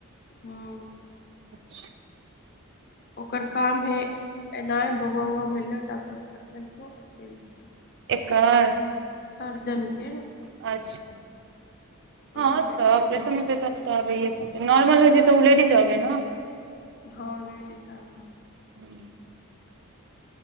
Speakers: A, on the left (about 45°); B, on the right (about 55°).
A: हँ।
B: अच्छा।
A: ओकर काम है एनाह, बौआ-उौआ भेलो टांका ओंका देलको, चलि जेतौ।
B: एकर।
A: सर्जन के।
B: अच्छा हँ
A: हइ पेट
B: तऽ ऑपरेशन
A: फुलै लए
B: हेते तब तऽ अबैए पड़तै, नार्मल होइ छै तऽ उ लेडीजे अबै ने।
A: हँ लेडीज अबाय ह।
B: हूँ।